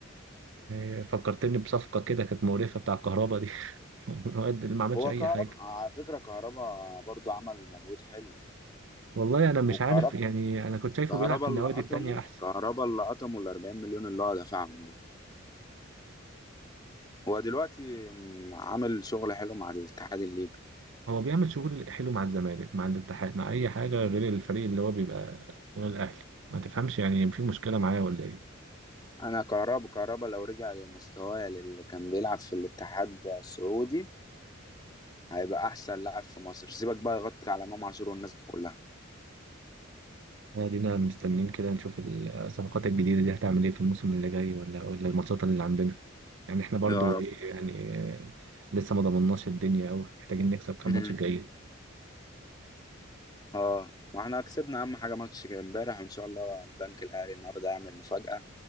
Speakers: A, on the right (about 60°); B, on the left (about 20°).
A: هي فكرتني بصفقة كده كانت مقرفة بتاع الكهرباء دي <laughs> الواد اللي ما عملش
B: هو
A: أي
B: كهربا
A: حاجة
B: على فكرة كهربا برضو عمل مجهود حلو
A: والله أنا مش
B: هو كهربا
A: عارف يعني أنا كنت شايفه
B: كهربا
A: بيلعب في
B: اللي
A: النوادي
B: قطمه
A: التانية أحسن
B: كهربا اللي قطمه ال 40 مليون اللي هو دفعهم ده هو دلوقتي مم، عامل شغل حلو مع الاتحاد الليبي
A: هو بيعمل شغل حلو مع الزمالك مع الاتحاد مع أي حاجة غير الفريق اللي هو بيبقى غير الأهلي ما تفهمش يعني في مشكلة معاه ولا إيه
B: انا كهربا كهربا لو رجع لمستواه اللي كان بيلعب في الاتحاد السعودي هيبقى احسن لاعب في مصر سيبك بقى يغطي على امام عاشور والناس دي كلها
A: ادينا مستنيين كده نشوف الصفقات الجديده دي هتعمل ايه في الموسم اللي جاي ولا ولا الماتشات اللي عندنا يعني احنا برضو
B: يا رب
A: ايه يعني آه، لسه ما ضمناش الدنيا قوي محتاجين نكسب كام
B: مم.
A: ماتش جاي
B: اه واحنا كسبنا اهم حاجه ماتش امبارح وان شاء الله البنك الاهلي النهارده يعمل مفاجاه